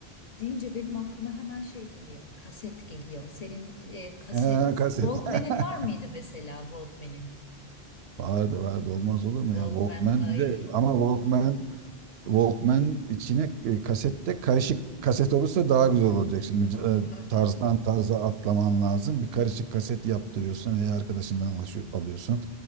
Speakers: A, on the left; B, on the right.
A: deyince benim aklıma hemen şey geliyor. Kaset geliyor. Senin e, kaset
B: Ee, kaset.
A: Walkman'in
B: <laughs>
A: var mıydı mesela Walkman'in?
B: Vardı vardı olmaz olur mu
A: Walkman
B: ya Walkman
A: ay.
B: bir de ama Walkman Walkman içine e, kasette karışık kaset olursa daha güzel olacak şimdi
A: <laughs>
B: e, tarzdan tarza atlaman lazım bir karışık kaset yaptırıyorsun veya arkadaşından alışıyor- alıyorsun